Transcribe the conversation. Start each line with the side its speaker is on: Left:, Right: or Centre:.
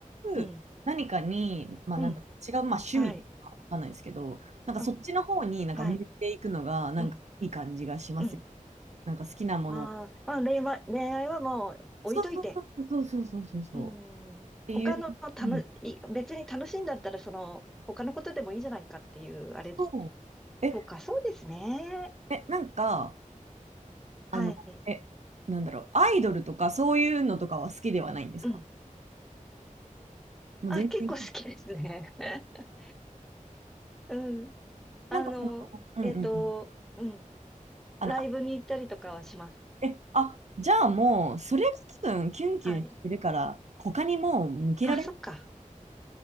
Centre: うん、
Right: う何かに、まあなんだろう、
Centre: うん、
Right: 違う、まあ趣味とかわかんないですけど、
Centre: はい、
Right: なんかそっちの方になんか向いていくのがなんかいい感じがしますよね。
Centre: うん、はい、うん、うん。
Right: なんか好きなものを。
Centre: あーまあ、恋愛、恋愛はもう置いといて。
Right: そうそうそうそうそうそうそうそう。
Centre: うん、
Right: っていう。
Centre: 他の楽、
Right: うん
Centre: い別に楽しいんだったら、その、他のことでもいいんじゃないかっていう、あれです。
Right: そう。え、
Centre: とか、そうですね。
Right: え、なんか、
Centre: はい。
Right: あの、え、なんだろう、アイドルとかそういうのとかは好きではないんですか
Centre: うん。
Right: もう全然。
Centre: あ、結構好きですね。<laughs> うん。
Right: なんかその、
Centre: あの、
Right: うんうんうん。
Centre: えっと、うん。
Right: あの、
Centre: ライブに行ったりとかはします。
Right: あえ、あ、じゃあもう、それが多分キュンキュンしてるから、
Centre: はい。
Right: 他にもう向けられて
Centre: あ、そっか。